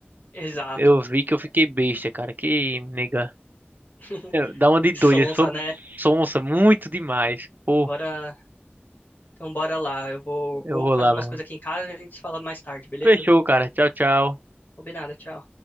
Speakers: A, on the left; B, on the right.
A: Exato.
B: eu vi que
A: Né?
B: eu fiquei besta, cara. Que nega
A: <laughs>
B: Dá uma de doida,
A: Sonsa,
B: sob
A: né?
B: sonsa, muito demais. Pô,
A: Bora. Então bora lá. Eu vou,
B: eu
A: vou
B: vou
A: fazer
B: lá,
A: umas
B: meu irmão.
A: coisas aqui em casa e a gente se fala mais tarde, beleza?
B: Fechou, cara. Tchau, tchau.
A: Combinado, tchau.